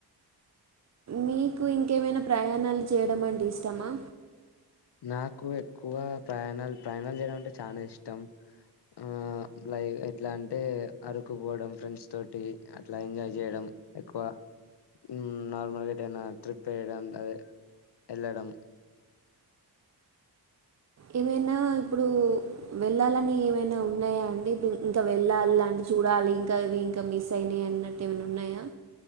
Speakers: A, on the right; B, on the left.
A: మీకు ఇంకేమైనా ప్రయాణాలు చేయడం అంటే ఇష్టమా?
B: నాకు ఎక్కువ ప్రయాణాలు, ప్రయాణాలు చేయడం అంటే చనా ఇష్టం. ఆ లై ఎట్లా అంటే అరుకుపోవడం ఫ్రెండ్స్ తోటి, అట్లా ఎంజాయ్ చేయడం. ఎక్కువ ఉమ్ నార్మల్గా ఎటైనా ట్రిప్ ఏయడం, అదే ఎళ్ళడం.
A: ఏమైనా ఇప్పుడు వెళ్ళాలని ఏమైనా ఉన్నయా అండి, ఇంకా వెళ్ళాలం చూడాలి ఇంకా ఇవి ఇంకా మిస్ అయినయి అన్నట్టు ఏమన్నా ఉన్నయా?